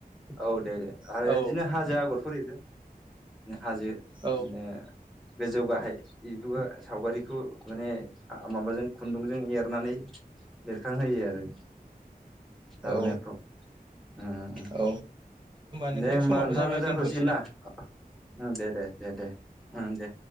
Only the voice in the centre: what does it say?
औ दे दे। आरो
इदिनो हाजो आगरफोर एरो हाजो
इदिनो गोजौ गाहाय बेफोरबो सावगारिखौ माने आ माबाजों खुन्दुंजों एरनानै बेरखांहोयो आरो आरनाय
फ्राव ओंओं
दे होमबा
नोंथां
जाथसिगोन
ना ओ दे दे दे दे ओं दे